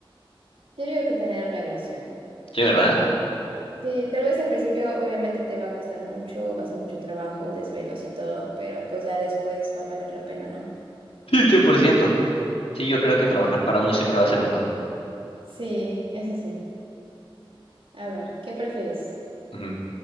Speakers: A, on the right; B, on the left.
A: Yo digo que tener un negocio.
B: Sí, ¿verdad?
A: Sí, tal vez al principio obviamente te va a costar mucho, va a ser mucho trabajo, desvelos y todo, pero pues ya después va a valer la pena, ¿no?
B: Sí, cien por ciento. Sí, yo creo que trabajar
A: Y-
B: para uno siempre va a ser mejor.
A: sí, eso sí. A ver, ¿qué prefieres?
B: Ujú.